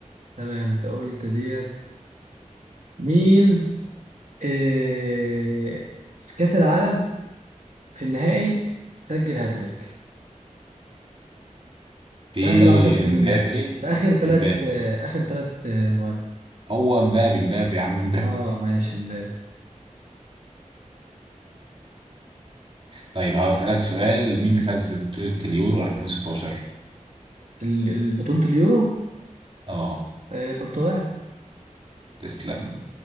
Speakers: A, on the right; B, on the right.
A: تمام أنت قلت ديت مين إيه في كأس العالم في النهائي سجل هاتريك
B: في
A: في آخر عشر سنين
B: امبابي
A: مثلا في آخر ثلاث
B: امبابي
A: آخر ثلاث مواسم
B: هو امبابي امبابي يا عم امبابي
A: اه ماشي مبابي
B: طيب هقول اسالك سؤال مين اللي فاز ببطولة اليورو 2016
A: ال- ال- بطولة اليورو
B: اه
A: آه برتغال
B: تسلم